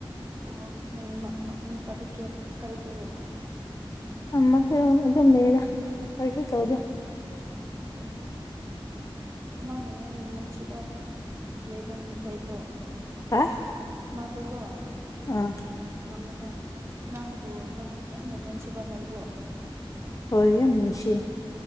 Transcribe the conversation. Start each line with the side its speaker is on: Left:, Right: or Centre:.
Right: ꯑꯣ ꯅꯪꯒꯤ ꯃꯞ ꯃꯞ ꯅꯦꯅꯀꯣ ꯑꯗꯨ ꯀꯦꯌ꯭ꯔꯇ ꯀꯔꯤ ꯇꯧꯔꯤ
Left: ꯑꯃ ꯍꯣꯝ ꯑꯗꯨꯝ ꯂꯩꯌꯦꯗꯥ ꯀꯔꯤꯁꯨ ꯇꯧꯗꯦ
Right: ꯑꯣ ꯃꯥ ꯅꯪ ꯅꯨꯡꯁꯤꯕ ꯂꯩꯕꯝ ꯂꯩꯕ꯭ꯔꯣ
Left: <unintelligible>
Right: ꯃꯥꯗꯨꯀꯣ
Left: ꯑꯥ
Right: ꯅꯪꯉꯣꯟꯗ ꯅꯪꯕꯨ ꯅꯣꯏ ꯃꯌꯥꯝꯅ ꯅꯣꯏꯟꯁꯤꯕ ꯂꯩꯕ꯭ꯔꯣ?
Left: ꯍꯣꯏ ꯌꯥꯝ ꯅꯨꯡꯉꯣꯟꯁꯤꯌꯦ